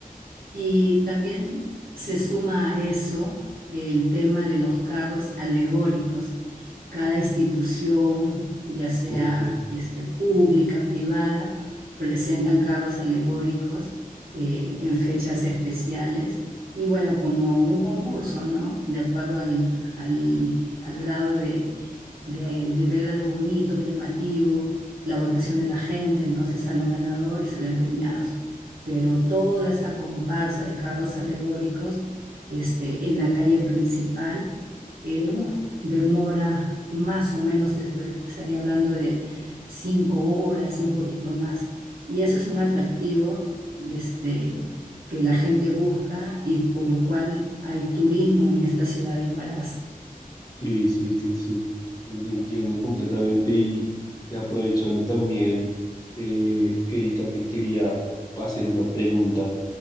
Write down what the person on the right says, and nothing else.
y también se suma a eso el tema de los carros alegóricos. Cada institución, ya sea
este, pública, privada, presentan carros alegóricos eh, en fechas especiales. Y bueno, como un concurso, ¿no? De acuerdo al, al- al grado de de, de ver algo bonito, llamativo, la votación de la gente, entonces sale un ganador y salen premiados. Pero toda esa comparsa de carros alegóricos este, en la calle principal eh, uf, demora más o menos, te estoy- te estaría hablando de cinco horas y un poquito más. Y eso es un atractivo este, que la gente busca y por lo cual hay turismo en esta ciudad de Huaraz.